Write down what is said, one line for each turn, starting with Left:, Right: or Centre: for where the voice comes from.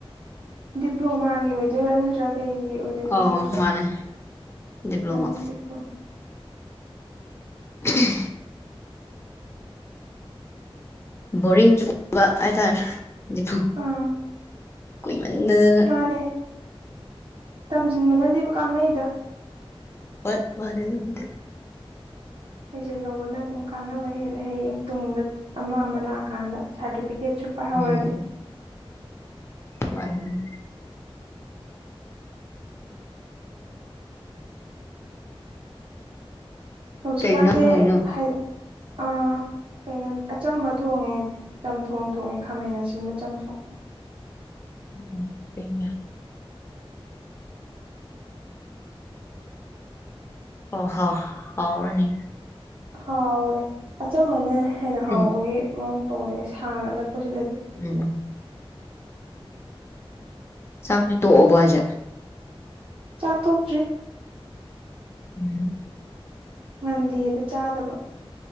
Right: ꯗꯤꯄ꯭ꯂꯣꯃꯥꯒꯤ ꯑꯣꯏꯗꯣꯏꯔꯥ ꯅꯠꯇ꯭ꯔꯥ ꯀꯩ ꯀꯩꯒꯤ ꯑꯣꯏꯗꯨꯏꯅꯣ
Left: ꯑꯣ
Right: ꯀꯣꯔꯁꯇꯣ
Left: ꯃꯥꯅꯦ ꯗꯤꯄ꯭ꯂꯣꯃꯥ
Right: ꯑꯣ ꯗꯤꯄꯂ꯭ꯣꯃꯥ
Left: ꯁꯤꯠ ꯁꯤꯠ <inaudible> ꯕꯣꯔꯤꯡ ꯆꯨꯕꯥ ꯍꯥꯏꯇꯥꯔꯦ ꯗꯤꯄꯂꯣ
Right: ꯑꯥ
Left: ꯀꯨꯏꯃꯟꯗꯅ
Right: ꯃꯥꯅꯦ
Left: <inaudible>
Right: ꯇꯝꯁꯤꯟꯕꯅꯗꯤ ꯀꯥꯟꯅꯩꯗ
Left: ꯍꯣꯏ ꯃꯥꯅꯦꯕꯨꯗꯤꯦ
Right: ꯍꯩꯖꯤꯟ ꯂꯧꯕꯅ ꯑꯗꯨꯝ ꯀꯥꯟꯅꯕ ꯍꯦꯜꯂꯦ ꯍꯌꯦꯡ ꯇꯨꯡꯗ ꯑꯃ ꯑꯃ ꯂꯥꯛꯑꯀꯥꯟꯗ ꯄꯤꯀꯦꯠꯁꯨ ꯄꯥꯏꯍꯧꯔꯗꯤ
Left: ꯎꯝ ꯃꯥꯅꯤ ꯃꯥꯅꯤ
Right: ꯍꯧꯖꯤꯛꯀꯥꯟꯁꯦ
Left: ꯀꯩ ꯏꯟꯖꯥꯡ ꯊꯣꯡꯉꯤꯅꯣ
Right: ꯍꯥꯏ ꯑ ꯀꯩꯅꯣ ꯑꯆꯝꯕ ꯊꯣꯡꯉꯦ ꯆꯝꯊꯣꯡ ꯊꯣꯡꯉꯦ ꯈꯥꯃꯦꯟ ꯑꯁꯤꯟꯕ ꯆꯝꯊꯣꯡ
Left: ꯑꯣ ꯐ <inaudible> ꯑꯣ ꯍꯣ ꯍꯥꯎꯔꯥꯅꯤ
Right: ꯍꯥꯎꯋꯦ ꯑꯆꯝꯕꯅ ꯍꯦꯟꯅ ꯍꯥꯎꯕꯒꯤ
Left: ꯎꯝ
Right: ꯃꯑꯣꯡ ꯇꯧꯋꯦ ꯁꯥꯒꯠꯂꯛꯄꯁꯤꯗ
Left: ꯎꯝ ꯆꯥꯛꯇꯤ ꯇꯣꯛꯑꯣꯕ ꯍꯥꯏꯁꯦ
Right: ꯆꯥꯛ ꯇꯣꯛꯇ꯭ꯔꯤ
Left: ꯎꯝ
Right: ꯉꯜꯂꯤꯑꯗ ꯆꯥꯗꯕ